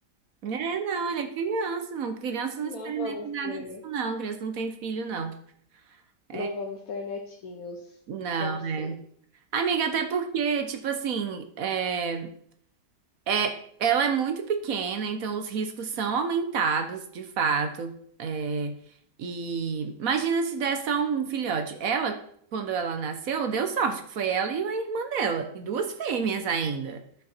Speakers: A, on the right; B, on the left.
A: É, não, ela é criança, não. Criança
B: não
A: não experimenta
B: vamos
A: nada
B: ter
A: disso, não. Criança não tem filho, não. É,
B: não vamos ter netinhos
A: não,
B: tão cedo".
A: é. Amiga, até porque, tipo assim, é. É, ela é muito pequena, então os riscos são aumentados, de fato. É, e imagina se der só um filhote. Ela, quando ela nasceu, deu sorte, que foi ela e a irmã dela, e duas fêmeas ainda.